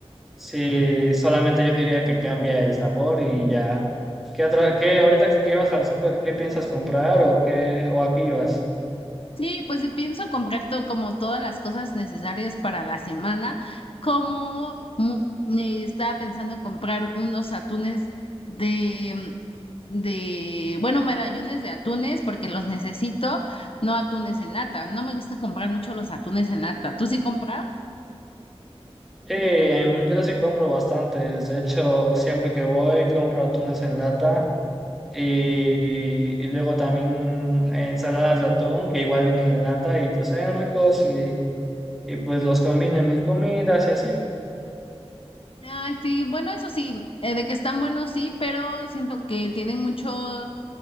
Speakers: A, in the centre; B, on the left.
A: sí, solamente yo diría que cambia el sabor y ya. ¿Qué otra, qué ahorita que ibas al súper, qué piensas comprar o qué, o aquí ibas?
B: Sí, pues sí, pienso comprar todo, como todas las cosas necesarias para la semana, como mu- eh, estaba pensando comprar unos atunes de, de, bueno, medallones de atunes porque los necesito, no atunes en lata. No me gusta comprar mucho los atunes en lata. ¿Tú sí compras?
A: Eh, yo sí compro bastantes, de hecho, siempre que voy compro atunes en lata y, y luego también ensaladas de atún que igual vienen en lata y pues saben ricos y, y pues los combino en mis comidas y así.
B: Ay, sí, bueno, eso sí, eh, de que están buenos, sí, pero siento que tienen mucho,